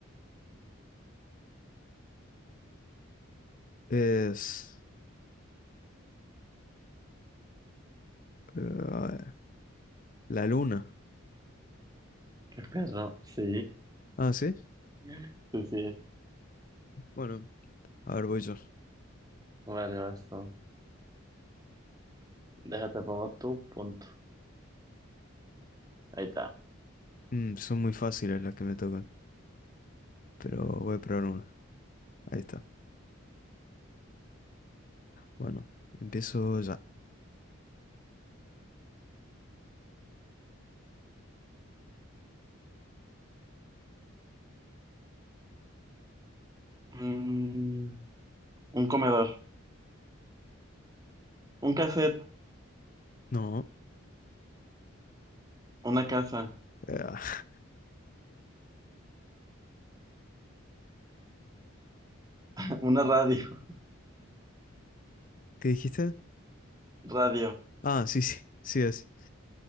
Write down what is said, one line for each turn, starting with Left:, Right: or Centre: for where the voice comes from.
Left: es... eh, a ver, la luna.
Right: Qué perro. Sí.
Left: Ah, ¿sí?
Right: <laughs> Sí, sí.
Left: Bueno, a ver, voy yo.
Right: Vale, vas tú. Déjate pongo tu punto. Ahí está.
Left: Mm, son muy fáciles las que me tocan, pero voy a probar una. Ahí está. Bueno, empiezo ya.
Right: Mm, un comedor, un cassette,
Left: No.
Right: una casa,
Left: Ah,
Right: <laughs> una radio,
Left: ¿qué dijiste?
Right: radio.
Left: Ah, sí, sí, sí es.